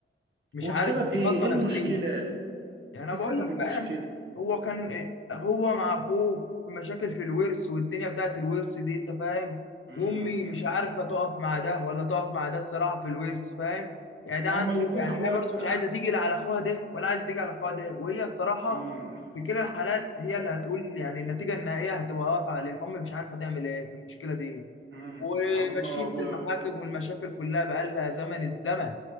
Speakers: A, on the left; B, on the right.
A: مش
B: وبسبب
A: عارف يتخطى
B: ايه ايه المشكلة
A: نفسيا يعني انا
B: ايه سبب
A: بقول لك
B: المشكلة
A: بقى يعني هو كان إيه، هو مع اخوه في مشاكل في الورث والدنيا بتاعت الورث دي انت فاهم
B: مم.
A: وامي مش عارفه تقف مع ده ولا تقف مع ده الصراحه في الورث فاهم يعني
B: ما
A: ده عنده
B: هما الاتنين
A: يعني
B: اخواتها
A: هي برضه مش عايزه تيجي لا على اخوها ده ولا عايزه تيجي على اخوها ده وهي الصراحه
B: مم.
A: في كلا الحالات هي اللي هتقول يعني النتيجه النهائيه هتبقى واقفه عليها فامي مش عارفه تعمل ايه في المشكله دي
B: مم.
A: وماشيين
B: هما و...
A: في المحاكم والمشاكل كلها بقى لها زمن الزمن